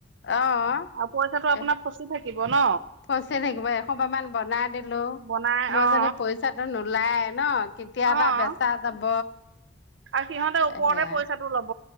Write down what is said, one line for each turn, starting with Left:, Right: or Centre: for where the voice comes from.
Left: অ',
Right: <unintelligible> আপোনাক
Left: এ-
Right: ফচি থাকিব ন'।
Left: ফচি থাকিব একখোপা মান বনাই দিলোঁ,
Right: বনাই
Left: মই
Right: অ
Left: যদি পইচাটো নোলাই ন'। কেতিয়াবা
Right: অ
Left: বেচা যাব।
Right: আৰু সিহঁতে ওপৰতে
Left: সেয়া
Right: পইচাটো ল'ব,